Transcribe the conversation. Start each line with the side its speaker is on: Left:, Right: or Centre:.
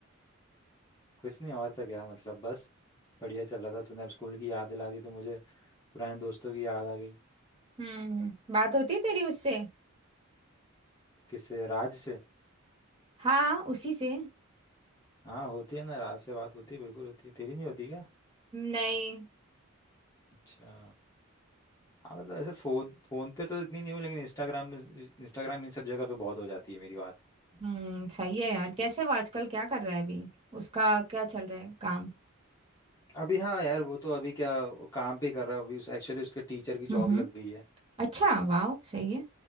Left: कुछ नहीं और तो क्या मतलब बस बढ़िया चल रहा था तूने अब स्कूल की याद दिला दी तो मुझे पुराने दोस्तों की याद आ गई
Right: हम्म बात होती है तेरी उससे
Left: किससे राज से
Right: हाँ हाँ, उसी से
Left: हाँ होती है ना राज से बात होती है बिल्कुल होती है तेरी नहीं होती क्या
Right: नहीं
Left: अच्छा हाँ मतलब ऐसे फोन फोन पे तो इतनी नहीं हुई लेकिन इंस्टाग्राम इंस्टाग्राम इन सब जगह पे बहुत हो जाती है मेरी बात
Right: हम्म सही है यार कैसे वो आजकल क्या कर रहा है अभी उसका क्या चल रहा है काम
Left: अभी हाँ यार वो तो अभी क्या वो काम भी कर रहा है अभी उस एक्चुअली उसके टीचर की
Right: हम्म
Left: जॉब
Right: हम्म
Left: लग गई है
Right: अच्छा वाह सही है